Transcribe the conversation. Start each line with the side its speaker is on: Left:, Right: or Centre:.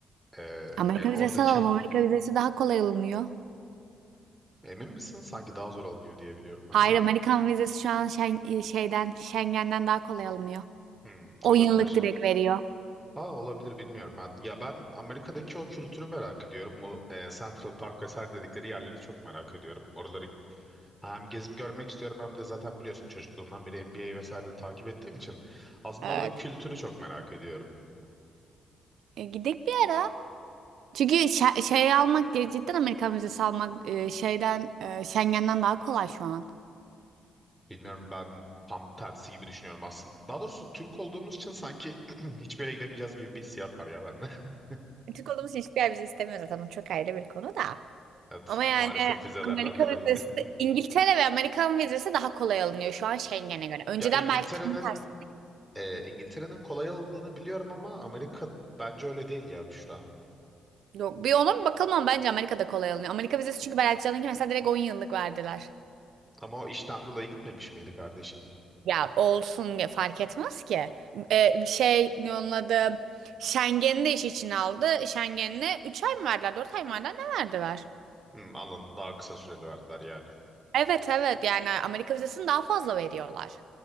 Centre: Ee,
Right: Amerika
Centre: yani oradaki
Right: vizesi alalım. Amerika vizesi daha kolay alınıyor.
Centre: emin misin? Sanki daha zor alınıyor diye biliyorum ben
Right: Hayır
Centre: ama.
Right: Amerikan vizesi şu an Şen- e, şeyden Schengen'den daha kolay alınıyor.
Centre: Hmm,
Right: 10
Centre: olabilir.
Right: yıllık direkt veriyor.
Centre: Aa olabilir bilmiyorum ben. Ya ben Amerika'daki o kültürü merak ediyorum. Bu e, Central Park vesaire dedikleri yerleri çok merak ediyorum. Oraları hem gezip görmek istiyorum hem de zaten biliyorsun çocukluğumdan beri NBA vesaire de takip ettiğim için aslında
Right: Evet.
Centre: oradaki kültürü çok merak ediyorum.
Right: E, gidek bir ara. Çünkü şe- şey almak, ge- cidden Amerikan vizesi almak e, şeyden, e, Schengen'den daha kolay şu an.
Centre: Bilmiyorum ben tam tersi gibi düşünüyorum aslında. Daha doğrusu Türk olduğumuz için sanki <clears throat> hiçbir yere gidemeyeceğiz gibi bir hissiyat var ya bende. <laughs>
Right: Türk olduğumuz için hiçbir yer bizi istemiyor zaten. Bu çok ayrı bir konu da.
Centre: Evet
Right: Ama yani
Centre: maalesef vizelerden
Right: Amerika
Centre: dolayı.
Right: vizesi,
Centre: <laughs>
Right: İngiltere ve Amerikan vizesi daha kolay alınıyor şu an Schengen'e göre. Önceden
Centre: Ya İngiltere'nin
Right: belki tam tersi.
Centre: e, İngiltere'nin kolay alındığını biliyorum ama Amerika bence öyle değil ya Büşra.
Right: Yok, bir onun bakalım ama bence Amerika'da kolay alınıyor. Amerika vizesi çünkü Berat Can'ınki mesela direkt 10 yıllık verdiler.
Centre: Ama o işten dolayı gitmemiş miydi kardeşin?
Right: Ya olsun ge- fark etmez ki. Ee, şey ne onun adı? Schengen'i de iş içine aldı. Schengen'e 3 ay mı verdiler 4 ay mı verdiler ne verdiler?
Centre: Hmm, anladım daha kısa süreli verdiler yani.
Right: Evet evet yani Amerika vizesini daha fazla veriyorlar.